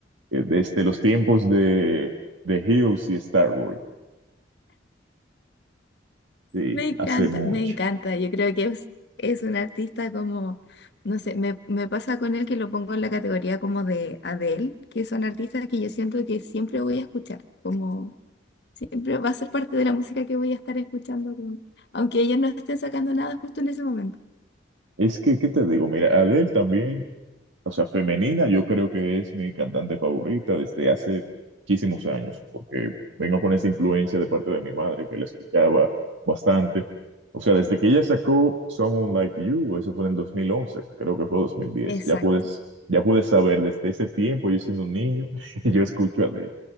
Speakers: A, on the right; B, on the left.
A: eh, desde los tiempos de, de Hills y Starboy. Sí,
B: me encanta,
A: hace mucho.
B: me encanta. Yo creo que es, es un artista como, no sé, me, me pasa con él que lo pongo en la categoría como de Adele, que son artistas que yo siento que siempre voy a escuchar, como siempre va a ser parte de la música que voy a estar escuchando, como- aunque ellos no estén sacando nada justo en ese momento.
A: Es que, ¿qué te digo? Mira, Adele también, o sea, femenina, yo creo que es mi cantante favorita desde hace muchísimos años, porque vengo con esa influencia de parte de mi madre, que la escuchaba bastante. O sea, desde que ella sacó Someone Like You, eso fue en el dos mil once creo que fue dos mil diez
B: Exacto.
A: Ya puedes, ya puedes saber, desde ese tiempo, yo siendo un niño, <laughs> yo escucho a Adele.